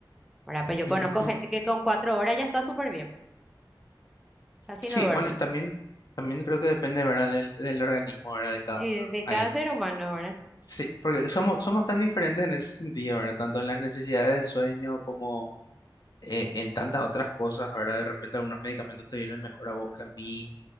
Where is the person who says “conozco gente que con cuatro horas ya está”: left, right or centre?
Centre